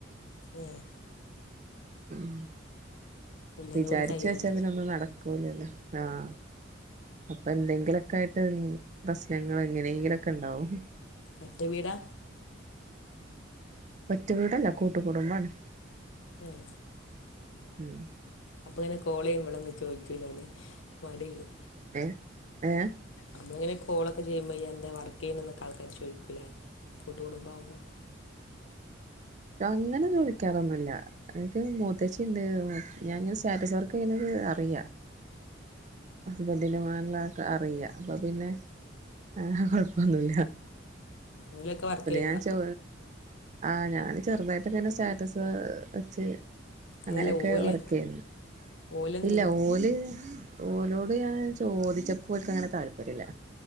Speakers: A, on the left; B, on the right.
A: ഉം
B: ഉം
A: വല്യത്
B: വിചാരിച്ച്
A: കൂടി കഴിയണ്ടേ
B: വെച്ചാ പിന്നെ ഒന്നും നടക്കൂലല്ലോ? ആഹ് അപ്പൊ എന്തെ ങ്കിലൊക്കെ ആയിട്ട് പ്രശ്നങ്ങള് എങ്ങനെയെങ്കിലൊക്കെ ഇണ്ടാവും.
A: ഒറ്റ വീടാ
B: ഒറ്റ വീടല്ല കൂട്ട്കുടുംബാണ്
A: ഉം
B: ഉം
A: അപ്പൊ ഇങ്ങനെ കോള് ചെയ്യ്മ്പളൊന്നും ചോദിച്ചൂലെ ഓല്? മടിയില്ലേ?
B: ഏഹ് ഏ?
A: നമ്മളിങ്ങനെ കോളൊക്കെ ചെയുമ്പേ ഇയ്യെന്താ വർക്ക് ചെയ്യ്ന്നേന്നൊക്കെ ആൾക്കാര് ചോയ്ക്കൂലേ കൂട്ടുകുടുംബാവുമ്പോ?
B: അങ്ങനെ ചോദിക്കാറൊന്നുല്ല. എനക്ക് മൂത്തേച്ചിണ്ട്. ഞാന് സ്റ്റാറ്റസ് വർക്ക് ചെയ്യ്ന്നത് അറിയാ. ഹസ്ബന്റ്ന്റെ <unintelligible> അറിയാ. അപ്പപ്പിന്നെ ആഹ് കൊഴപ്പൊന്നുല്ല.
A: ഓലൊക്കെ വർക്ക്
B: പിന്നെ
A: ചെയ്യണ്ട
B: ഞാൻ ചോ ആഹ് ഞാന് ചെറ്തായിട്ട് ഇങ്ങനെ സ്റ്റാറ്റസ് വെച്ച്
A: അതല്ല
B: അങ്ങനെയൊക്കെ
A: ഓല്
B: വർക്ക് ചെയ്യുന്നു.
A: ഓലെന്തെങ്കിലും
B: ഇല്ല ഓല് ഓലോട് ഞാൻ ചോദിച്ചപ്പോ ഓല്ക്കങ്ങനെ താല്പര്യല്ല.